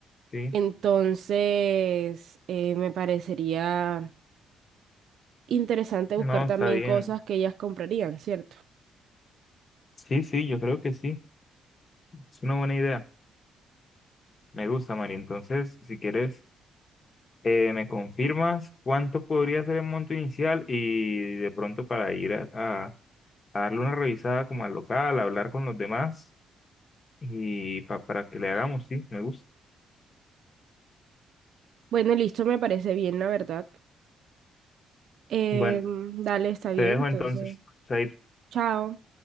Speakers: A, on the left; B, on the right.
A: sí,
B: Entonces, eh, me parecería interesante
A: no,
B: buscar
A: está
B: también
A: bien.
B: cosas que ellas comprarían, ¿cierto?
A: Sí, sí, yo creo que sí, es una buena idea. Me gusta, María. Entonces, si quieres, eh, me confirmas cuánto podría ser el monto inicial y de pronto para ir a, a- a darle una revisada como al local, hablar con los demás y pa- para que le hagamos, sí, me gusta.
B: Bueno, listo, me parece bien, la verdad. Em,
A: Bueno,
B: dale, está bien,
A: te dejo
B: entonces,
A: entonces. Chaito.
B: chao.